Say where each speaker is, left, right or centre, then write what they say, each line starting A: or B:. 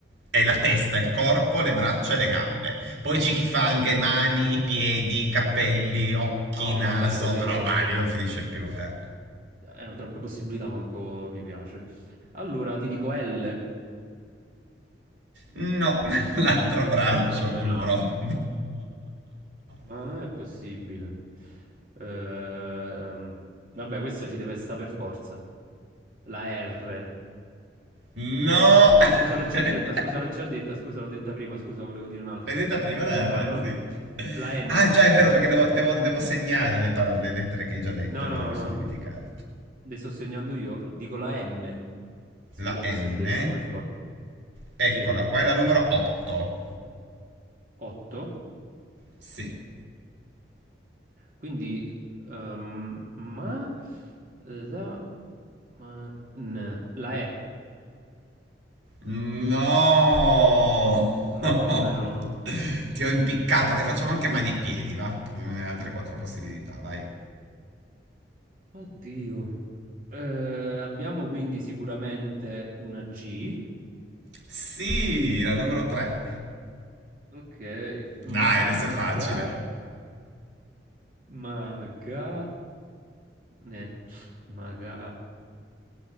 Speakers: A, on the right; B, on the right.
A: È la testa, il corpo, le braccia e le gambe. Poi c'è chi fa anche mani, piedi, capelli, occhi,
B: Oh,
A: naso,
B: vabbè, così
A: però
B: troppo.
A: vai, lì non finisce più, eh.
B: erano troppe possibilità, manco mi piace. Allora ti dico L.
A: No, <laughs> l'altro braccio
B: Ma come
A: purtroppo.
B: no? Ma
A: <laughs>
B: non è possibile. Ehm, vabbè, questa ci deve stare per forza. La R.
A: No.
B: No, scusa, l'ho già
A: L'hai
B: detta, scusa, l'ho già detta, scusa, l'ho detta prima, scusa, volevo dire un'altra.
A: detta prima la
B: Non
A: R,
B: vale, non-
A: sì.
B: la N,
A: Ah,
B: scusa.
A: già è vero perché devo, devo- devo segnare le, parole- le lettere che hai già detto,
B: No,
A: è
B: no,
A: vero, mi
B: no.
A: sono dimenticato.
B: Le sto segnando io, dico la N. Sicuro
A: La
B: questo
A: N.
B: ci deve stare per forza.
A: Eccola,
B: Sì.
A: qua è la numero 8.
B: 8.
A: Sì.
B: Quindi, ehm, ma, eh, da, ma, n, la E,
A: No. <laughs>
B: ma come no?
A: Ti ho impiccato, le facciamo anche mani e piedi, va? Così me ne hai altre quattro possibilità, vai.
B: Oddio. Eh, abbiamo quindi sicuramente una G,
A: Sì, la numero 3.
B: ok,
A: Dai,
B: maga,
A: adesso è facile.
B: maga, ne, maga.